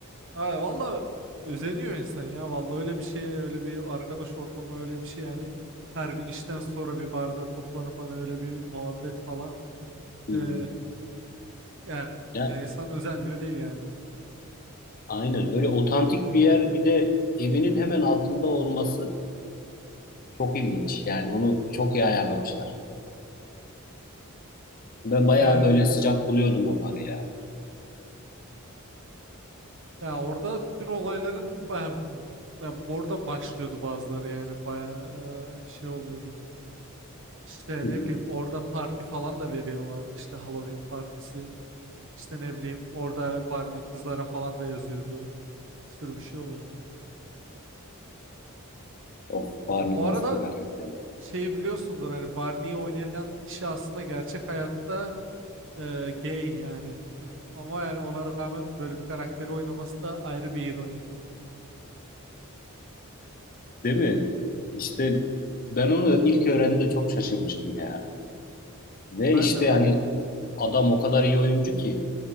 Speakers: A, on the right; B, on the left.
A: Ay valla özeniyor insan ya. Valla öyle bir şey, öyle bir arkadaş ortamı, öyle bir şey yani. Her gün işten sonra bir barda toplanıp hani öyle bir muhabbet falan.
B: Hı hı.
A: Ee, yani
B: Yani
A: insan özenmiyor değil yani.
B: aynen öyle otantik bir yer bir de evinin hemen altında olması çok ilginç. Yani onu çok iyi ayarlamışlar. Ben bayağı
A: Ya
B: böyle
A: evet evet
B: sıcak
A: hani.
B: buluyordum o barı ya.
A: Ya orada bütün olayların ba- ya orada başlıyordu bazıları yani bayağı e, şey oluyordu. İşte
B: Hı hı.
A: ne bileyim orada parti falan da veriyorlardı işte Halloween partisi. İşte ne bileyim orada Barney kızlara falan da yazıyordu. Bir sürü bir şey oluyordu.
B: Of Barney
A: Bu
B: nasıl
A: arada
B: bir karakter ya.
A: şeyi biliyorsundur hani Barney'i oynayan kişi aslında gerçek hayatta e, gay yani. <laughs> Eh, Ama yani ona rağmen böyle bir karakteri oynaması da ayrı bir ironi.
B: Değil mi? İşte ben onu ilk öğrendiğimde çok şaşırmıştım ya. Ve
A: Ben
B: işte
A: de ben
B: hani
A: de.
B: adam o kadar iyi oyuncu ki